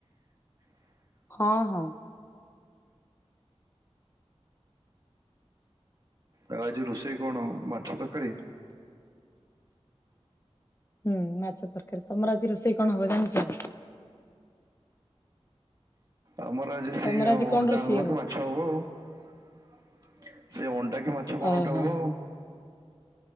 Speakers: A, on the left; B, on the right.
A: ହଁ -ହଁ।
B: ଆଉ ଆଜି ରୋଷେଇ କଣ? ମାଛ ତରକାରୀ।
A: ହୁଁ ମାଛ ତରକାରୀ ତମର ଆଜି ରୋଷେଇ କଣ ହବ ଜାଣିଚ?
B: ଆମର ଆଜି ସେଇ
A: ତମର ଆଜି
B: ଅଣ୍ଡା
A: କଣ ରୋଷେଇ
B: ହବ କି ମାଛ ହବ ଆଉ -ସେ ଅଣ୍ଡା କି କି ମାଛ କଣ
A: ଓହୋ
B: ଗୋଟେ ହବ ଆଉ।